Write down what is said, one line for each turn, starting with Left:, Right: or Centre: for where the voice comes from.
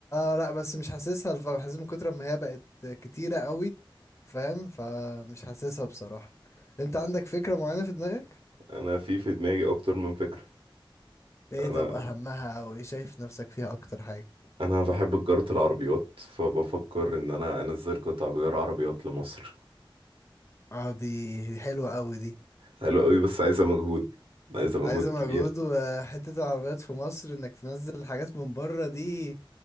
Left: اه، لا بس مش حاسسها الف- حاسس من كتر ما هي بقت كتيرة قوي فاهم فمش حاسسها بصراحة انت عندك فكرة معينة في دماغك
Right: انا في في دماغي اكتر من فكرة
Left: ايه
Right: انا
Left: طب اهمها او ايه شايف نفسك فيها اكتر حاجة
Right: انا بحب تجارة العربيات فبفكر ان انا انزل قطع غيار عربيات لمصر
Left: اه دي دي حلوة قوي دي
Right: حلو قوي بس عايزة مجهود عايزة مجهود
Left: عايزة
Right: كبير
Left: مجهود وحتة العربيات في مصر انك تنزل حاجات من بره دي